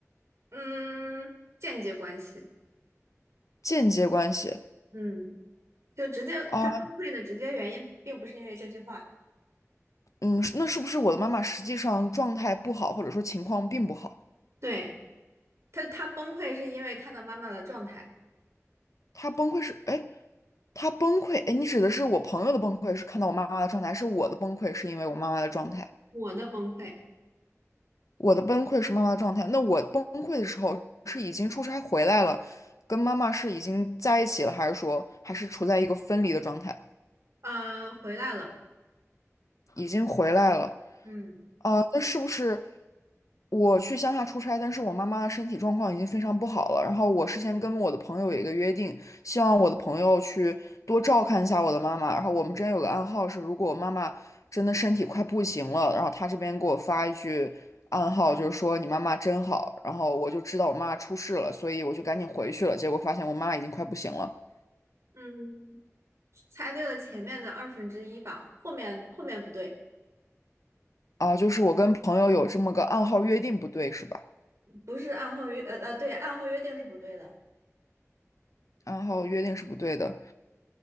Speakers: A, on the right; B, on the left.
A: 嗯，间接关系。
B: 间接关系。
A: 嗯。就直接他崩溃的直接原因，
B: 哦，
A: 并不是因为这句话，
B: 嗯，是那是不是我的妈妈实际上状态不好，或者说情况并不好？
A: 对，他他崩溃是因为看到妈妈的状态。
B: 她崩溃是，哎，她崩溃，哎，你指的是我朋友的崩溃是看到我妈妈的状态，还是我的崩溃是因为我妈妈的状态？
A: 我的崩溃，
B: 我的崩溃是妈妈的状态。那我崩溃的时候是已经出差回来了，跟妈妈是已经在一起了，还是说还是处在一个分离的状态？
A: 呃，回来了，
B: 已经回来了，
A: 嗯
B: 呃，那是不是我去乡下出差，但是我妈妈的身体状况已经非常不好了。然后我事先跟我的朋友有一个约定，希望我的朋友去多照看一下我的妈妈。然后我们之间有个暗号是，如果我妈妈真的身体快不行了，然后她这边给我发一句暗号，就是说你妈妈真好。然后我就知道我妈妈出事了，所以我就赶紧回去了。结果发现我妈妈已经快不行了。
A: 嗯，猜对了前面的二分之一吧，后面后面不对，
B: 啊，就是我跟朋友有这么个暗号约定不对是吧？
A: 不是按号约呃呃对，按号约定是不对的，
B: 暗号约定是不对的。